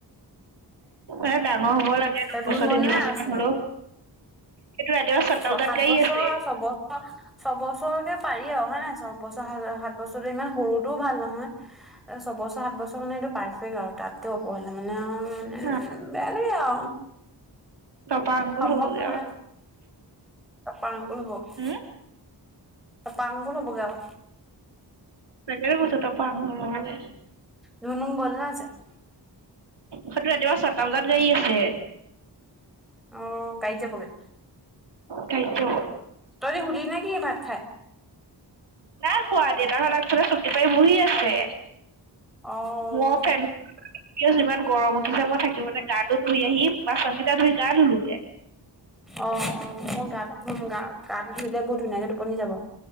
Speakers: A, on the right (about 75°); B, in the centre.
A: এ ডাঙৰ হ'ব লাগে
B: তই
A: দুবছৰ
B: ধুন গ'ল
A: তিনি
B: নে
A: বছৰমানা
B: আছে
A: হলো এইটো ৰাতিপুৱা চতাল
B: ছ
A: তাত
B: সাত
A: গাড়ী
B: বছৰ
A: আছে
B: ছবছৰ ছবছৰকে পাৰি আৰু হয় নাই ছয়বছৰ সাত বছৰো ইমান সৰুটোও ভাল নহয় ছয়বছৰ সাত বছৰ মানে এইটো পাৰফেক্ট আৰু তাতকেও ওপৰহলে মানে অও মানে
A: না
B: বে লাগে আও
A: টপা আঙুল
B: সম্ভৱ
A: হ'বগে
B: নহয়
A: আৰু
B: পাৰাংকুল হব
A: উম
B: ত পাংকুল হ'বগে আও
A: টেকেৰে পাইছ টপা আংগোৰোৱে
B: ধুনু গল না আছে
A: হয়তো ৰাতিপুৱা ছটা বজাত গাড়ী আছে
B: অ গাড়ীত যাবগে
A: গাড়ীত যাব
B: তহঁতি শুলি নে কি ভাত খাই
A: না খোৱা দেউতাৰ আগফালে চকী পাই বহি আছে
B: অ
A: মই ফেন এতিয়াও যিমান গৰম উঠিছে মই থাকিব নে গাত তু ধুই আহি বাচন কেইটা ধুই গা ধুলো
B: অ অ মই গাটো ধুম গা গাটো ধুই দিলে বহুত ধুনীয়াকে টোপনি যাব